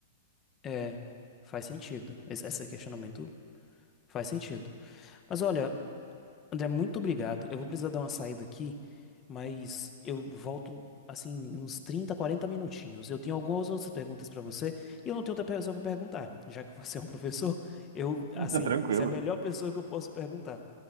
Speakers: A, on the left; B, on the right.
A: É, faz sentido. Esse, esse questionamento faz sentido. Mas olha, André, muito obrigado. Eu vou precisar dar uma saída aqui, mas eu volto assim uns 30, 40 minutinhos. Eu tenho algumas outras perguntas pra você e eu não tenho outra pessoa pra perguntar, já que você é um <laughs> professor. Eu,
B: <laughs>
A: assim,
B: Tá Tranquilo.
A: você é a melhor pessoa que eu posso perguntar.